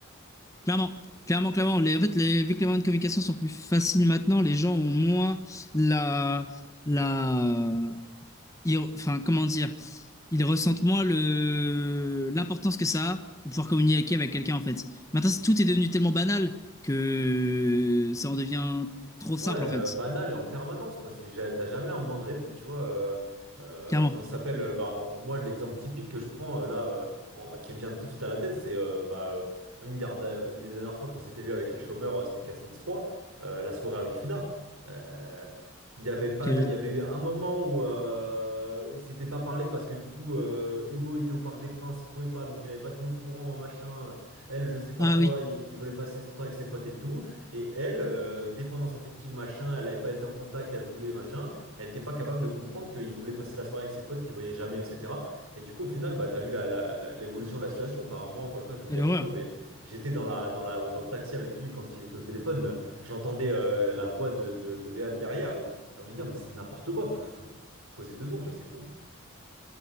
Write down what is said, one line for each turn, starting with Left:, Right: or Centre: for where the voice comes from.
Left: clairement. Clairement, clairement. Les, en fait, les, vu que les moyens de communication sont plus faciles maintenant, les gens ont moins la, la, ils, enfin, comment dire, ils ressentent moins le, l'importance que ça a de pouvoir communiquer avec quelqu'un, en fait. Maintenant, c'est- tout est devenu tellement banal que ça en devient trop simple,
Right: Ouais, euh,
Left: en fait.
Right: banal et en permanence, quoi. C'est, ja- t'as jamais un moment de répit, tu vois. euh, euh,
Left: Clairement.
Right: comment ça s'appelle? euh, Bah, on- moi, l'exemple typique que je prends euh, là, euh, en- qui me vient tout de suite à la tête, c'est euh, bah, euh, une des, rda- une des dernières fois qu'on s'était vu avec les chômeurs, euh, c'était K C x 3 euh, la soirée avec Fina. Euh, Il y avait pas,
Left: Quelle-
Right: il y avait un moment où euh, ils s'étaient pas parlé parce que du coup, euh, Hugo était au Parc des Princes, il pouvait pas, donc il avait pas tenu au courant, machin. euh, Elle, je sais pas
Left: Ah
Right: quoi,
Left: oui,
Right: il, il voulait passer son temps avec ses potes et tout. Et elle, euh, dépendance affective, machin, elle n'avait pas été en contact, elle voulait, machin, elle n'était pas capable de comprendre qu'il voulait passer la soirée avec ses potes qu'il voyait jamais, etc. Et du coup, au final, bah, t'as vu la, la- la- l'évolution de la situation. Enfin, moi, encore une fois, je le dis
Left: quelle
Right: à
Left: horreur.
Right: chaque fois, mais j'étais dans la, dans la, dans le taxi avec lui quand il était au téléphone, euh, j'entendais euh, la voix de, de, de Léane derrière, et t'as envie de dire, mais c'est n'importe quoi, faut, faut poser deux secondes, tu vois, c'est fou.